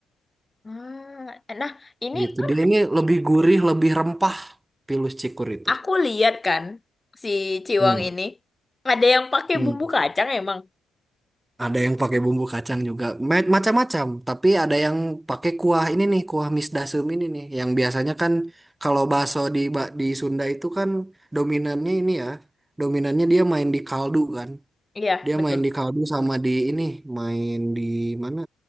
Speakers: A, on the left (about 20°); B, on the right (about 15°).
A: Ah, nah, ini
B: gitu.
A: kan
B: Dia ini lebih gurih, lebih rempah pilus cikur itu.
A: aku lihat kan si Ciwang
B: Hmm.
A: ini ada yang pakai
B: Hmm.
A: bumbu kacang emang.
B: Ada yang pakai bumbu kacang juga, Ma- macam-macam. Tapi ada yang pakai kuah ini nih, kuah mis dasem ini nih, yang biasanya kan kalau bakso di ba- di Sunda itu kan dominannya ini ya, dominannya dia main di kaldu kan,
A: Iya,
B: dia
A: betul.
B: main di kaldu sama di ini, main di mana?